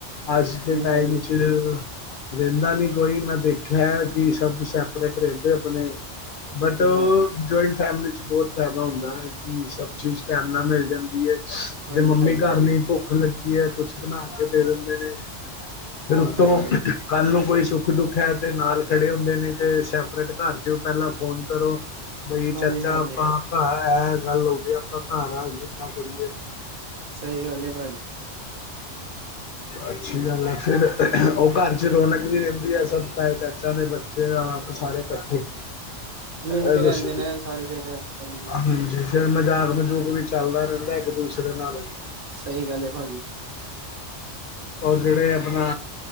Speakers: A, on the left; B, on the right.
A: ਅੱਜ ਦੇ ਟਾਈਮ
B: ਹਾਂਜੀ
A: ਚ ਦਿੰਦਾ ਨਹੀਂ ਕੋਈ ਮੈਂ ਦੇਖਿਆ ਕਿ ਸਭ ਸੈ। ਸੈਪਰੇਟ ਰਹਿੰਦੇ ਆਪਣੇ ਬਟ।
B: ਹਾਂਜੀ ਹਾਂਜੀ
A: ਜੁਆਇੰਟ ਫੈਮਿਲੀ ਚ ਬਹੁਤ ਫਾਇਦਾ ਹੁੰਦਾ ਹੈ ਕਿ ਸਭ ਚੀਜ਼ ਟਾਈਮ ਨਾਲ ਮਿਲ ਜਾਂਦੀ ਏ।
B: ਹਾਂਜੀ
A: ਜੇ ਮੰਮੀ
B: ਹਾਂਜੀ
A: ਘਰ
B: ਹਾਂਜੀ
A: ਨਹੀਂ ਭੁੱਖ ਲੱਗੀ ਏ ਕੁਛ ਬਣਾ ਕੇ ਦੇ ਦਿੰਦੇ ਨੇ।
B: ਭਾਜੀ
A: ਫਿਰ ਉੱਤੋਂ
B: ਹਾਂਜੀ ਹਾਂਜੀ
A: ਕੱਲ ਨੂੰ ਕੋਈ ਸੁੱਖ -ਦੁੱਖ ਹੈ ਤੇ ਨਾਲ ਖੜੇ ਹੁੰਦੇ ਨੇ। ਤੇ ਸੈਪਰੇਟ ਘਰ ਜਾ ਪਹਿਲਾਂ ਫੋਨ ਕਰੋ ਬਈ ਚਾਚਾ
B: ਹਾਂਜੀ ਹਾਂਜੀ
A: ਆਪਾਂ। ਘਰ ਐ ਗੱਲ ਹੋਵੇ ਆਪਾਂ ਘਰ ਆ ਕਿਦਾਂ ਕਰੀਏ?
B: ਸਹੀ ਗੱਲ ਹੈ ਭਾਜੀ।
A: ਅੱਛੀ ਗੱਲ ਏ। ਫਿਰ ਉਹ ਘਰ 'ਚ ਰੌਣਕ ਨਹੀਂ ਰਹਿੰਦੀ ਏ ਸਭ ਤਾਏ ਚਾਚਿਆਂ ਦੇ ਬੱਚੇ। ਬੱਚੇ ਆਪ ਸਾਰੇ ਇਕੱਠੇ।
B: ਮਿਲ
A: ਇਹ
B: ਕੇ ਰਹਿੰਦੇ
A: ਦੱਸੋ
B: ਨੇ
A: ਜੀ
B: ਸਾਰੇ ਫੇਰ ਹਾਂਜੀ
A: ਹਾਂਜੀ। ਫਿਰ ਮਜ਼ਾਕ ਮਜੂਕ ਵੀ ਚੱਲਦਾ ਰਹਿੰਦਾ ਇੱਕ ਦੂਸਰੇ ਨਾਲ।
B: ਸਹੀ ਗੱਲ ਏ ਭਾਜੀ।
A: ਜਿਹੜੇ ਆਪਣਾ,